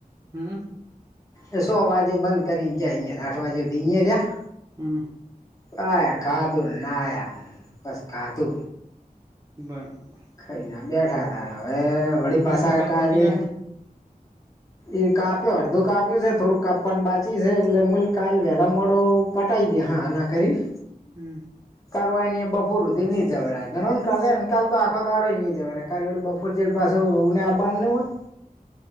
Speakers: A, on the right (about 20°); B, on the left (about 20°).
A: હમ
B: એ સો વાગે બંધ કરી જાય અહીયાં આઠ વાગે સુધી અહીયા જ્યા
A: હમ
B: બાર ખાદૂ નાયા બસ ખાદુ
A: બરાબર
B: ખઈ ના બેઠા તા ને હવે વળી પાછા
A: એમ તો કાલ
B: કાલે
A: પટી જાહે ને
B: એ કાપ્યો અડધું કાપ્યું છે થોડુંક કાપવનું બાચી છે એટલે મલ કાલે વેલા મોડું પટાઈ દય હા ના કરીને
A: હમ્મ.
B: કાવાઈ એની બપોરધી નહી જવરાય ઘણો ને ને કાલ તો આખો દાડોય નહી જરારે. કાલે વળી બફોર ચેર પાસે હો વહુ ને આપવાનું ના હોય.